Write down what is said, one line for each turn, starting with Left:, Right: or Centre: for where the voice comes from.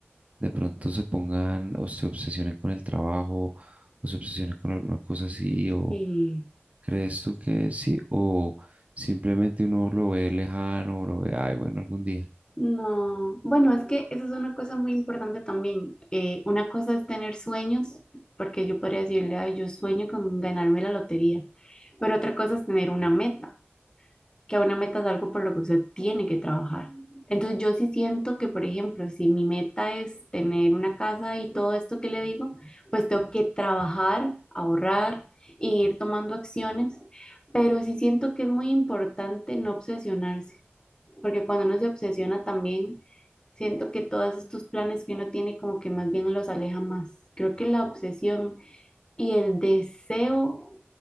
Right: de pronto se pongan o se obsesionen con el trabajo o se obsesionen con alguna cosa así o
Left: Y
Right: crees tú que sí o simplemente uno lo ve lejano o lo ve, ay, bueno, algún día.
Left: No, bueno, es que eso es una cosa muy importante también. Eh, una cosa es tener sueños, porque yo podría decirle, ay, yo sueño con ganarme la lotería, pero otra cosa es tener una meta, que una meta es algo por lo que usted tiene que trabajar. Entonces yo sí siento que, por ejemplo, si mi meta es tener una casa y todo esto que le digo, pues tengo que trabajar, ahorrar e ir tomando acciones, pero sí siento que es muy importante no obsesionarse porque cuando uno se obsesiona también, siento que todos estos planes que uno tiene como que más bien los aleja más. Creo que la obsesión y el deseo